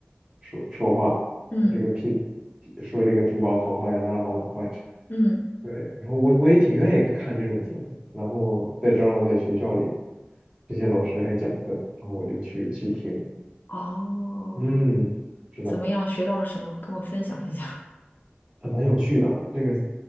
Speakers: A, on the right (about 20°); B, on the left (about 50°).
A: 说说话，
B: 嗯
A: 这个品说这个珠宝好坏，哪儿好哪儿坏。
B: 嗯，
A: 对，然后我我也挺愿意看这种节目，然后在正好在学校里，这些老师还讲课，然后我就去去听，
B: 哦，
A: 嗯，是的，
B: 怎么样？学到了什么？跟我分享分享。
A: 还蛮有趣的。这个